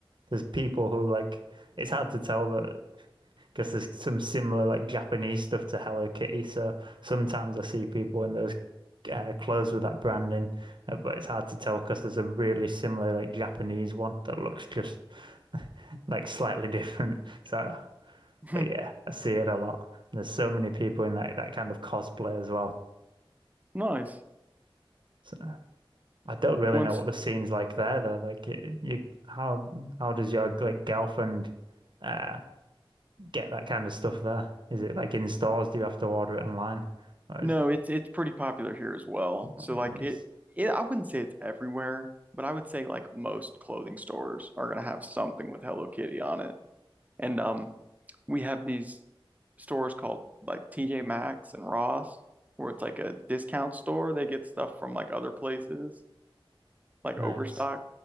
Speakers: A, on the right (about 55°); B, on the right (about 15°).
A: there's people who like it's hard to tell that because there's some similar like Japanese stuff to Hello Kitty, so sometimes I see people in those uh, clothes with that branding, uh, but it's hard to tell because there's a really similar like Japanese one that looks just like slightly <laughs> different. So, but
B: right.
A: yeah, I see it a lot. And there's so many people in like that kind of cosplay as well.
B: <laughs> Nice.
A: So I don't really
B: Once.
A: know what the scene's like there though. Like y- you, how how does your like girlfriend uh get that kind of stuff there? Is it like in stores? Do you have to order it online? Or
B: No,
A: is
B: it's it's pretty popular here as well.
A: oh,
B: So
A: nice,
B: like it, it I wouldn't say it's everywhere, but I would say like most clothing stores are gonna have something with Hello Kitty on it. And um we have these stores called like TJ Maxx and Ross, where it's like a discount store. They get stuff from like other places, like
A: nice.
B: Overstock.